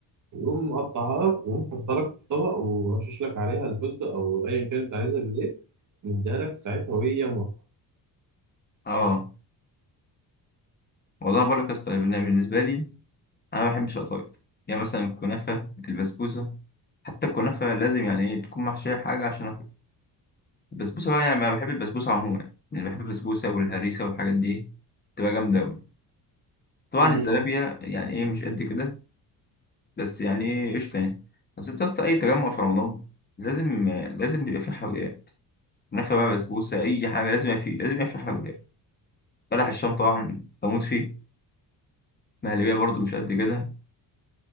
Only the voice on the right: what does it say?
ويقوم مقطعها لك ويقوم حاططها لك في الطبق ورشش لك عليها الفستق او ايا كان انت عايزها بالايه مديها لك في ساعتها وهي
مروحه